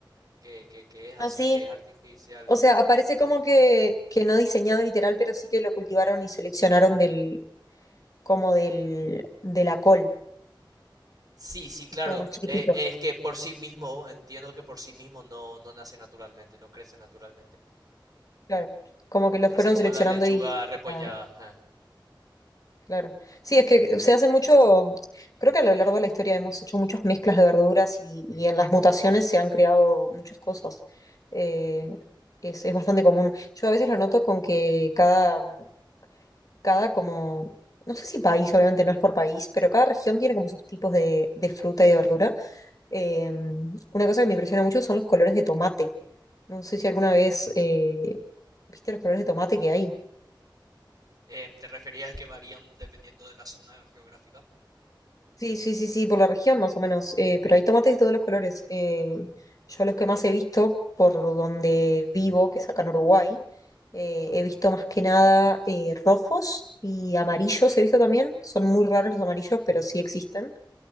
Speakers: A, on the right; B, on the left.
A: que, que, que es así,
B: Ah, sí.
A: que es artificial,
B: O sea, aparece como que, que no diseñado literal, pero sí que lo cultivaron y seleccionaron del, como del, de la col,
A: Sí, sí,
B: que
A: claro.
B: es como más chiquitito.
A: Eh, es que por sí mismo, entiendo que por sí mismo no, no nace naturalmente, no crece naturalmente.
B: Claro. Como que lo fueron
A: Así como
B: seleccionando
A: la lechuga
B: y,
A: repollada.
B: y la-
A: ajá.
B: Claro. Sí, es que se hacen mucho, creo que a lo largo de la historia hemos hecho muchas mezclas de verduras y, y en las mutaciones se han creado muchas cosas. Eh, es, es bastante común. Yo a veces lo noto con que cada, cada como, no sé si país, obviamente no es por país, pero cada región tiene como sus tipos de, de fruta y de verdura. Eh, una cosa que me impresiona mucho son los colores de tomate. No sé si alguna vez eh, viste los colores de tomate que hay.
A: Em, ¿te referías a que varían dependiendo de la zona geográfica?
B: Sí, sí, sí, sí, por la región más o menos. eh, pero hay tomates de todos los colores. eh, yo los que más he visto por donde vivo, que es acá en Uruguay, eh, he visto más que nada eh, rojos y amarillos he visto también. Son muy raros los amarillos, pero sí existen.